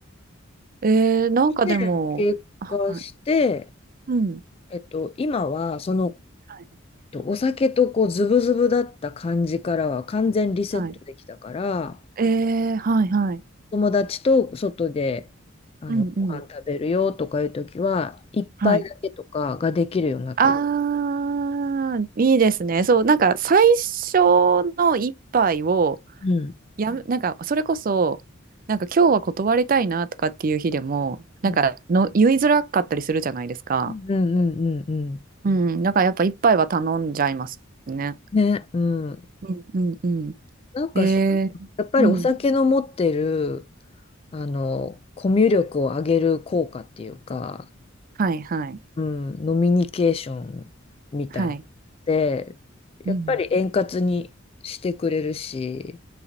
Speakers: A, on the right; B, on the left.
A: えー、なんかでも、
B: で、経過して、
A: はい、うん。
B: えっと、今は、その、
A: はい
B: えっと、お酒とこう、ズブズブだった感じからは完全リセットできたから、
A: はいええはいはい。
B: 友達と外で、あの、
A: うんうん。
B: ご飯食べるよとかいうときは、一杯だけとかができるようになった。
A: はい。あー、
B: う
A: いいですね。そう、なんか最初の一杯を、
B: ん。
A: やめ、なんかそれこそ、なんか今日は断りたいなとかっていう日でも、なんかの言いづらかったりするじゃないですか。
B: うんうんうんうんうん。
A: うん、だからやっぱ一杯は頼んじゃいますね。
B: ね、うん。
A: うんうんうん。
B: なんかそ、
A: えー、
B: やっぱりお酒の持ってる、
A: うん。
B: あの、コミュ力を上げる効果っていうか、
A: はいはい。
B: うん、ノミニケーションみたいなので、
A: はい。
B: やっぱり円滑にしてくれるし、
A: うん。